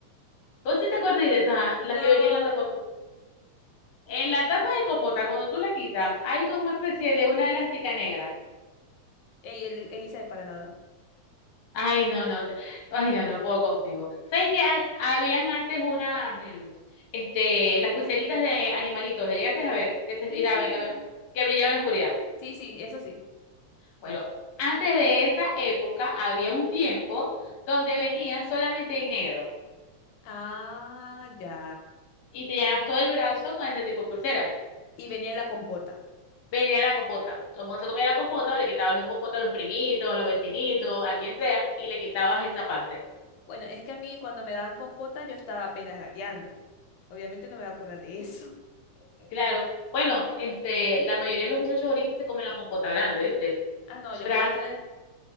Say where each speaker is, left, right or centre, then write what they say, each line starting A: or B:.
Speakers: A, on the left (about 55°); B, on the left (about 85°).
A: ¿Vos sí te acordáis de esas, ah?
B: No.
A: las que venían en la tapa de compota? En la tapa de compota, cuando tú la quitas, hay como una especie de una elástica negra.
B: Ey, el, Elisa de para nada.
A: Ay, no, no, te- ay, no, no puedo contigo. ¿Sabes que a- habían antes unas, mm, este, las pulseritas de animalitos, ¿las llegaste a ver? Que se estiraban
B: Sí, sí.
A: y cambio, que brillaban en la oscuridad.
B: Sí, sí, eso sí.
A: Bueno, antes de esa época había un tiempo donde venían solamente en negro
B: Ah, ya.
A: y te llenabas todo el brazo con este tipo de pulseras.
B: Y venía en la compota.
A: Venía la compota. Todo el mundo se comía la compota, o le quitabas las compotas a los primitos, a los vecinitos, a quien sea, y le quitabas esa parte.
B: Bueno, es que a mí cuando me daban compota yo estaba apenas gateando. Obviamente no me voy a acordar de eso. <laughs>
A: Claro. Bueno, este, la mayoría de los muchachos ahorita se comen la compota grande, ¿viste?
B: Ah, no,
A: Yo
B: yo puedo tener,